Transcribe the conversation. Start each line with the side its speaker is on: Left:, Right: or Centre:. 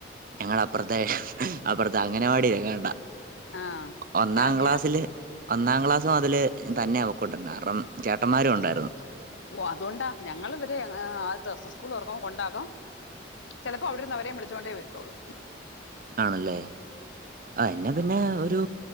Right: ഞങ്ങള അപ്പുറത്തെ അപ്പുറത്തെ അംഗന വാടി എങ്ങാണ്ടാ
Left: ആ
Right: ഒന്നാം
Left: ഞാൻ ഇങ്ങനെ
Right: ഗ്ലാസ്സിൽ. ഒന്നാം ക്ലാസ്സ് മുതല് തന്നെ അവക്കോണ്ടിരുന്നു കാരണം ചേട്ടന്മാരും ഉണ്ടായിരുന്നു.
Left: ഓ അതുകൊണ്ടാ ഞങ്ങളെ ഇവരെ ആദ്യത്തെ ദിവസ സ്കൂൾ തുറക്കുമ്പോ കൊണ്ടാകാം ചിലപ്പോ അവിടെന്ന് അവരേ വിളിച്ചോൊണ്ടേ വരുത്തുള്ളൂ
Right: ആണല്ലേ ആ എന്നെ പിന്നെ ഒരു